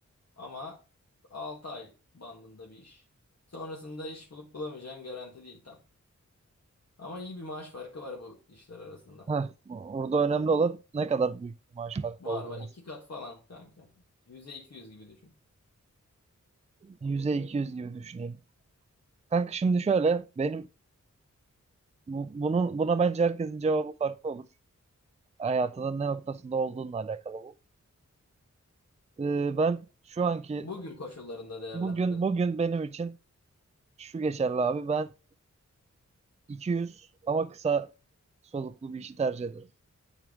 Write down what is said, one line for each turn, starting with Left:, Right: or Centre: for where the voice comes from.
Left: ama 6 ay bandında bir iş. Sonrasında iş bulup bulamayacağın garanti değil tam. Ama iyi bir maaş farkı var bu işler arasında.
Right: Heh, burada önemli olan ne kadar büyük bir maaş farkı
Left: Var
Right: olduğu
Left: var.
Right: mesela.
Left: iki kat falan kanka. Yüze 200 gibi düşün.
Right: 100'e 200 gibi düşüneyim. Kanka şimdi şöyle benim bu- bunun buna bence herkesin cevabı farklı olur. Hayatının ne noktasında olduğunla alakalı bu. Ee, ben şu anki
Left: Bugün koşullarında değerlendirelim
Right: bugün bugün
Left: bunu.
Right: benim için şu geçerli abi. Ben 200 ama kısa soluklu bir işi tercih ederim.